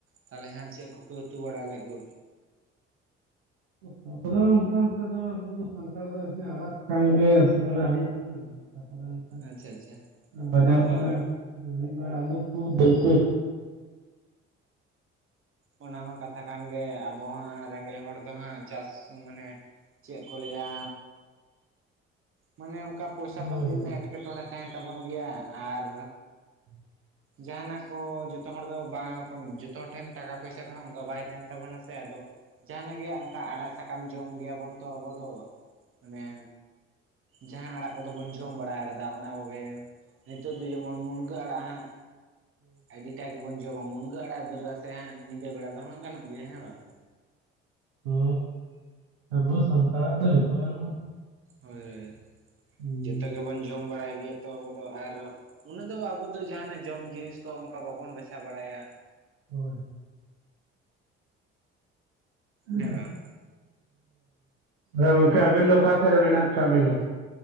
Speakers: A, on the right (about 40°); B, on the right (about 75°).
A: ᱛᱟᱦᱚᱞᱮ ᱦᱮᱸ ᱪᱮᱫ ᱠᱚᱯᱮ ᱩᱛᱩ ᱵᱟᱲᱟ <unintelligible> ᱞᱮᱜᱼᱟ
B: <unintelligible> ᱠᱚ ᱫᱚ ᱚᱱᱠᱟ ᱞᱮᱠᱟ ᱫᱚ ᱟᱵᱚ ᱥᱟᱱᱛᱟᱲ ᱫᱚ ᱟᱲᱟᱜ ᱥᱟᱠᱟᱢ ᱜᱮ ᱩᱛᱩ ᱵᱟᱲᱟ ᱦᱩᱭᱩᱜ ᱠᱟᱱᱟ ᱛᱟᱯᱚᱨᱮ ᱚᱱᱠᱟ
A: ᱟᱪᱪᱷᱟ ᱟᱪᱪᱷᱟ
B: ᱵᱟᱡᱟᱨ
A: ᱦᱳᱭ
B: ᱠᱚᱨᱮ ᱟᱹᱭᱩᱵ ᱵᱮᱞᱟ ᱟᱹᱞᱩ ᱠᱚ ᱫᱩᱞ ᱠᱩ
A: ᱚᱱᱟ ᱢᱟ ᱠᱟᱛᱷᱟ ᱠᱟᱱ ᱜᱮ ᱟᱵᱚ ᱦᱟᱸᱜ ᱨᱮᱸᱜᱮᱡ ᱦᱚᱲ ᱫᱚ ᱦᱟᱸᱜ ᱪᱟᱥ ᱢᱟᱱᱮ ᱪᱮᱫ ᱠᱚ ᱞᱟᱹᱭᱟ ᱢᱟᱱᱮ ᱚᱱᱠᱟ ᱯᱚᱭᱥᱟ
B: ᱦᱳᱭ
A: ᱯᱟᱹᱛᱤ
B: ᱦᱳᱭ
A: ᱨᱮᱱᱟᱜ ᱮᱸᱴᱠᱮᱴᱚᱬᱮ ᱛᱟᱦᱮᱱ ᱛᱟᱵᱚᱱ ᱜᱮᱭᱟ ᱟᱨ
B: <inaudible>
A: ᱡᱟᱦᱟᱱᱟᱜ ᱠᱚ ᱡᱚᱛᱚ ᱦᱚᱲ ᱫᱚ ᱵᱟᱝ ᱡᱚᱛᱚ ᱦᱚᱲ ᱴᱷᱮᱱ ᱴᱟᱠᱟ ᱯᱚᱭᱥᱟ ᱫᱚ ᱦᱟᱸᱜ ᱚᱱᱠᱟ ᱵᱟᱭ ᱛᱟᱦᱮᱱ ᱛᱟᱵᱚᱱᱟ ᱥᱮ ᱟᱫᱚᱼᱼ ᱡᱟᱦᱟᱱᱟᱜ ᱜᱮ ᱚᱱᱠᱟ ᱟᱲᱟᱜ ᱥᱟᱠᱟᱢ ᱡᱚᱢ ᱜᱮᱭᱟᱵᱚᱱ ᱛᱚ ᱟᱵᱚ ᱫᱚ ᱢᱟᱱᱮ ᱡᱟᱦᱟᱸ ᱟᱲᱟᱜ ᱠᱚ ᱫᱚ ᱵᱚᱱ ᱡᱚᱢ ᱵᱟᱲᱟ ᱟᱠᱟᱫᱟ ᱚᱱᱟ ᱠᱚᱜᱮ ᱱᱤᱛᱚᱜ ᱫᱚ ᱡᱮᱢᱚᱱ <unintelligible> ᱢᱩᱱᱜᱟᱹ ᱟᱲᱟᱜ ᱦᱟᱸᱜ ᱟᱹᱰᱤᱴᱟᱜ ᱜᱮᱵᱚᱱ ᱡᱚᱢᱟ ᱢᱩᱱᱜᱟᱹ ᱟᱲᱟᱜ ᱫᱟᱹᱞ ᱨᱟᱥᱮ ᱥᱮ ᱦᱟᱸᱜ ᱧᱤᱫᱟᱹ ᱵᱮᱲᱟ ᱫᱚ ᱦᱟᱸᱜ ᱜᱟᱱᱚᱜ ᱜᱮᱭᱟ ᱦᱮᱸ ᱵᱟᱝ
B: ᱚ ᱟᱵᱚ ᱥᱟᱱᱛᱟᱲᱟᱜ ᱫᱚ ᱡᱚᱛᱚ ᱜᱟᱱᱚᱜᱼᱟ
A: ᱦᱳᱭ ᱦᱳᱭ
B: ᱦᱩᱸ
A: ᱡᱚᱛᱚ ᱜᱮᱵᱚᱱ ᱡᱚᱢ ᱵᱟᱲᱟᱭ ᱜᱮᱭᱟ ᱛᱚ ᱟᱵᱚ ᱫᱚ ᱟᱨ ᱩᱱᱟᱹᱜ ᱫᱚ ᱟᱵᱚ ᱡᱟᱦᱟᱱᱟᱜ ᱡᱚᱢ ᱡᱤᱱᱤᱥ ᱠᱚ ᱚᱱᱠᱟ ᱵᱟᱵᱚᱱ ᱵᱟᱪᱷᱟᱣ ᱵᱟᱲᱟᱭᱟ
B: ᱦᱳᱭ <unintelligible>
A: ᱦᱮᱸ ᱵᱟᱝ
B: ᱚ ᱜᱚᱝᱠᱮ ᱟᱵᱤᱱ ᱫᱚ ᱚᱠᱟ ᱥᱮᱫ ᱨᱮ ᱢᱮᱱᱟᱜ ᱠᱟᱜ ᱵᱤᱱᱟ